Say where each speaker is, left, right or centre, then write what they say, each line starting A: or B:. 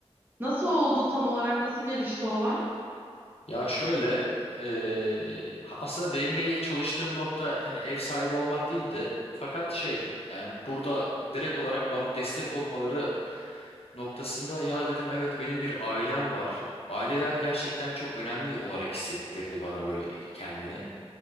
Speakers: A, on the right; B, on the left.
A: Nasıl oldu tam olarak? Nasıl gelişti olay?
B: Ya şöyle eee, ha- aslında DMB'ye çalıştığım nokta hani ev sahibi olmak değildi. Fakat şey yani burada direkt olarak bana destek olmaları noktasında ya dedim evet benim bir ailem var. Aileler gerçekten çok önemli olarak hissettirdi bana böyle kendini.